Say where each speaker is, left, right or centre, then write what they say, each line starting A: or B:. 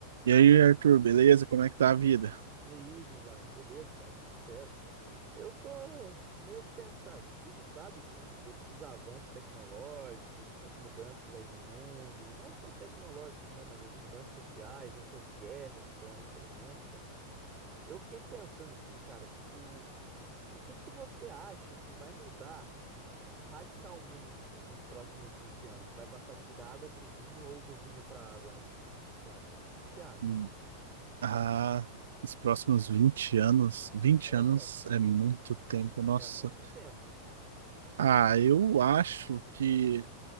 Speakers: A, on the right; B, on the right.
A: E aí, Arthur, beleza? Como é que tá a vida?
B: E aí, Giovanni, beleza, cara? Tudo certo? Eu tô meio pensativo, sabe? Com todos esses avanços tecnológicos, essas mudanças aí no mundo, não só tecnológicos, né? Mas as mudanças sociais, essas guerras que estão aí pelo mundo, cara. Eu fiquei pensando assim, cara, tipo, o que que você acha que vai mudar radicalmente nos próximos 20 anos? Vai passar, tipo, da água pro vinho ou do vinho pra água, né? Nunca se sabe. O que que você acha?
A: Hum, Ah, os próximos 20 anos, 20
B: É,
A: anos
B: cara,
A: é muito tempo, nossa.
B: é muito tempo.
A: Ah, eu acho que